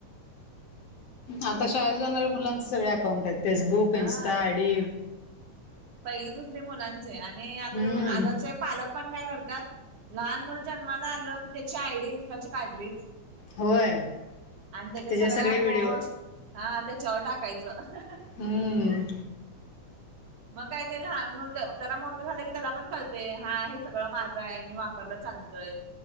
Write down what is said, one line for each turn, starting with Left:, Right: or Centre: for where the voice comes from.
Left: आता शाळेत जाणाऱ्या मुलांचे सगळे अकाउंट आहेत फेसबुक
Right: हा.
Left: इन्स्टा आयडी.
Right: पहिली दुसरी मुलांचे आणि आता
Left: हम्म
Right: आताचे पालक पण काय करतात लहान मुल जन्माला आलं की त्याची आयडी इन्स्टाची काढली.
Left: होय.
Right: आणि त्याच्या
Left: त्याचे
Right: सगळ्या
Left: सगळे व्हिडिओ
Right: पोस् हा त्याच्यावर टाकायचं.
Left: हम्म
Right: मग काय ते मग जरा मोठं झालं की त्याला पण कळते हा सगळं माझा आहे मी वापरला चालतोय